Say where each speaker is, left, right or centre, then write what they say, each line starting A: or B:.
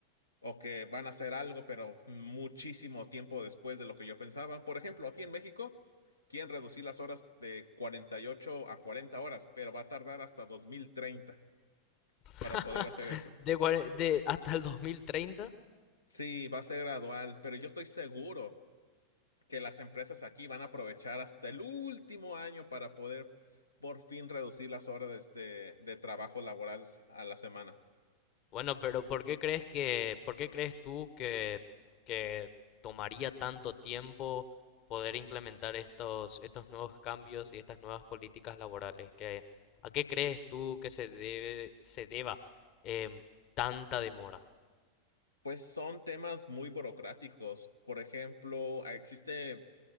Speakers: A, on the left (about 80°); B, on the left (about 40°).
A: o que van a hacer algo, pero muchísimo tiempo después de lo que yo pensaba. Por ejemplo, aquí en México quieren reducir las horas de 48 a 40 horas, pero va a tardar hasta 2030
B: <laughs>
A: para poder hacer eso.
B: De, cuare- de hasta el 2030.
A: Sí, va a ser gradual, pero yo estoy seguro que las empresas aquí van a aprovechar hasta el último año para poder por fin reducir las horas de, de- de trabajo laboral a la semana.
B: Bueno, pero ¿por qué crees que, por qué crees tú que, que tomaría tanto tiempo poder implementar estos, estos nuevos cambios y estas nuevas políticas laborales? ¿Qué- a qué crees tú que se debe, se deba em, tanta demora?
A: Pues son temas muy burocráticos. Por ejemplo, existe